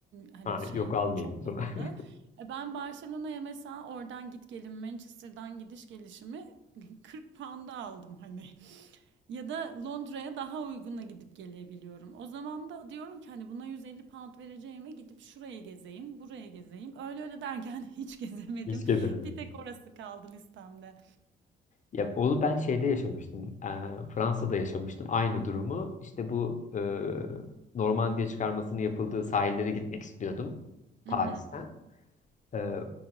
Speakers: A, on the right; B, on the left.
A: Hani
B: Ha,
A: şey
B: yok almayayım
A: çok
B: o zaman.
A: pahalı.
B: <laughs>
A: E Ben Barcelona'ya mesela oradan git gelin Manchester'dan gidiş gelişimi <laughs> 40 pound'a aldım hani. Ya da Londra'ya daha uyguna gidip gelebiliyorum. O zaman da diyorum ki hani buna 150 pound vereceğime gidip şuraya gezeyim, buraya gezeyim. Öyle öyle derken <laughs> hiç gezemedim.
B: Hiç gezemedim.
A: Bir tek orası kaldı listemde.
B: Ya onu ben şeyde yaşamıştım. Ee, Fransa'da yaşamıştım aynı durumu. İşte bu e, Normandiya çıkarmasının yapıldığı sahillere gitmek istiyordum
A: Hı
B: Paris'ten.
A: hı.
B: Ee,